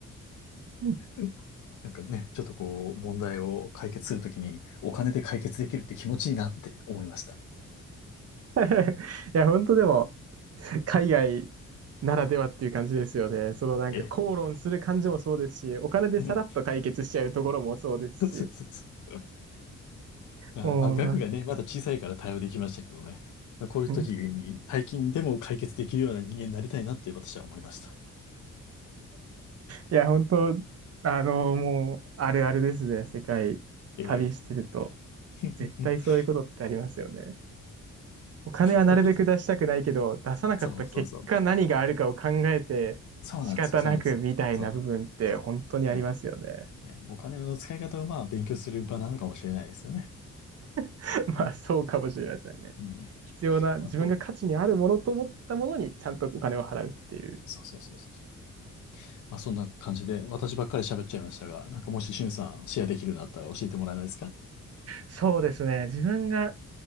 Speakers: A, on the right; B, on the left.
A: うん
B: <laughs> なんかね、ちょっとこう、問題を解決するときに、お金で解決できるって気持ちいいなって思いました。
A: <laughs> いや、本当でも、海外ならではっていう感じですよね。そのなんか口論する感じもそうですし、
B: え、
A: お金でさらっと解決しちゃうところもそうですし。
B: うん。そうそうそうそう。まあ、
A: もう、
B: まあ、額がね、
A: ま
B: まだ小さいから対応できましたけどね。まあ、こういう時に、
A: あ、
B: 大金でも解決できるような人間になりたいなって私は思いました。
A: いや、本当、あの、もう、あるあるですね。世界旅してると、
B: ええ。<laughs>
A: 絶対そういうことってありますよね。お金はなるべく出したくないけど、
B: まあ
A: 出さなかった結果何があるかを考えて仕方なくみたいな部分って本当にありますよね。
B: そうそうそう。そうなんですよ、そうなんですよ。そう、そう。ね。ね、お金の使い方をまあ勉強する場なのかもしれないですよね。
A: <laughs> まあ、
B: うん。
A: そうかもしれませんね。
B: うん。
A: 必要な、自分が価値にあるものと思ったものにちゃんとお金を払うっていう。
B: あと、そうそうそうそうそう。まあそんな感じで、私ばっかり喋っちゃいましたが、なんかもししゅんさんシェアできるようになったら教えてもらえないですか
A: そうですね。自分が